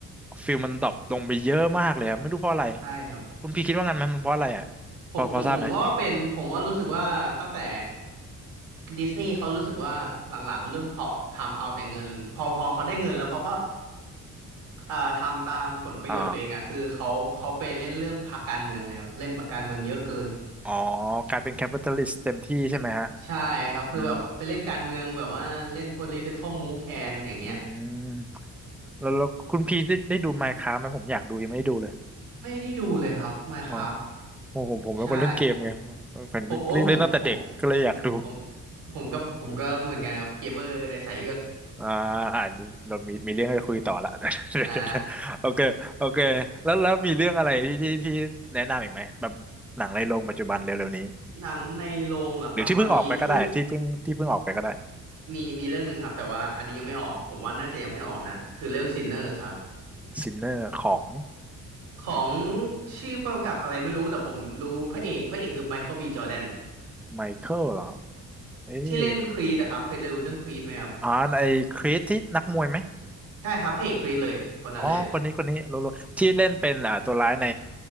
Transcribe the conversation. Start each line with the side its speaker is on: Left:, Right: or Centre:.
Centre: ฟิลมันดรอปลงไปเยอะมากเลยครับ ไม่รู้เพราะอะไร
Right: ใช่ครับ
Centre: คุณพี่คิดว่างั้นไหมมันเพราะอะไรอ่ะ
Right: ผมผมผมก็เป็นผมว่ารู้สึกว่าตั้งแต่
Centre: พอพอทราบไหม
Right: ดิสนีย์เขารู้สึกว่าหลังๆเขาเริ่มเขาทำเอาแต่เงินพอพอเขาได้เงินแล้วเขาก็เอ่อทำตามผลประโยชน์ตัวเองอะคือเขาเขาไปเล่นเรื่องพรรคการเมืองไงครับเล่นพรรคการเมืองเยอะเกิน
Centre: อ๋อ อ๋อกลายเป็นแคปิตอลิสต์เต็มที่ใช่ไหมฮะ
Right: ใช่ครับคือแบบไปเล่นการเมืองแบบว่าเล่น
Centre: อืม
Right: political move แทนอย่างเงี้ย
Centre: อืมแล้วแล้วคุณพี่ได้ได้ดู Minecraft ไหมผมอยากดูยังไม่ได้ดูเลย
Right: ไม่ได้ดูเลยครับ Minecraft
Centre: อ๋อผมผมผมเป็นคนเล่นเกมไงผมเป็นเล่นเล่นตั้งแต่เด็กก็เลยอยากดู
Right: ใช่ผมโอ้ผมผมผมผมก็ผมก็เหมือนกันครับเกมเมอร์ในสายเลือด
Centre: อ่าอ่านนี้เรามีมีเรื่องให้คุยต่อละ <laughs>
Right: อ่า
Centre: โอเคโอเคแล้วแล้วมีเรื่องอะไรที่ที่ที่แนะนำอีกไหมแบบหนังในโรงปัจจุบันเร็วๆนี้
Right: <laughs> หนังในโรงเหรอครับตอนนี้ที่
Centre: หรือที่เพิ่งออกไปก็ได้ที่เพิ่งที่เพิ่งออกไปก็ได้
Right: มีมีเรื่องหนึ่งครับแต่ว่าอันนี้ยังไม่ออกผมว่าน่าจะยังไม่ออกนะคือเรื่อง Sinners ครับ
Centre: ซินเนอร์ของ
Right: ของชื่อกำกับอะไรไม่รู้แต่ผมรู้พระเอกพระเอกคือไมเคิลบีจอร์แดน
Centre: ไมเคิลเหรอเอ๊ย
Right: ที่เล่นครีดอะครับเคยดูเรื่องครีดไหมครับ
Centre: อ่านไอ้คริสที่นักมวยไหม
Right: ใช่ครับพระเอกครีดเลยคนนั้นเลย
Centre: อ๋อคนนี้คนนี้รู้รู้ที่เล่นเป็นอ่าตัวร้ายใน